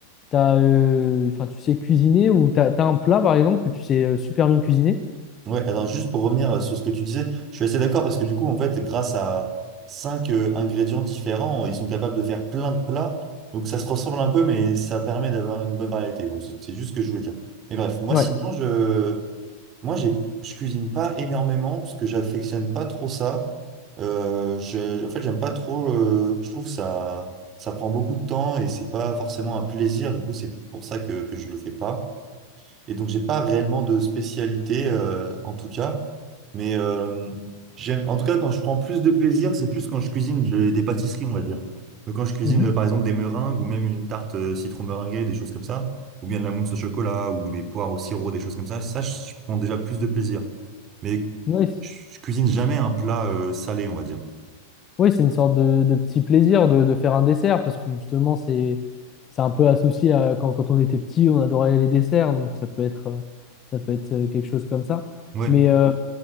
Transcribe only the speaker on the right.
Ouais, alors juste pour revenir euh, sur ce que tu disais, je suis assez d'accord parce que du coup, en fait, grâce à cinq euh, ingrédients différents, ils sont capables de faire plein de plats. Donc ça se ressemble un peu, mais ça permet d'avoir une bonne variété. Bon, c'est c'est juste ce que je voulais dire. Mais bref, moi
sinon, je, moi j'ai, je cuisine pas énormément parce que j'affectionne pas trop ça. Euh, je- en fait, j'aime pas trop. euh, je trouve ça, ça prend beaucoup de temps et c'est pas forcément un plaisir. Du coup, c'est pour ça que que je le fais pas. Et donc, j'ai pas réellement de spécialité, euh, en tout cas. Mais euh, j'aime- en tout cas, quand je prends plus de plaisir, c'est plus quand je cuisine de- des pâtisseries, on va dire. Donc, quand je cuisine,
euh, par exemple, des meringues ou même une tarte euh, citron meringuée, des choses comme ça, ou bien de la mousse au chocolat ou des poires au sirop, des choses comme ça, ça, je prends déjà plus de plaisir. Mais
je je cuisine jamais un plat euh, salé, on va dire.
Ouais.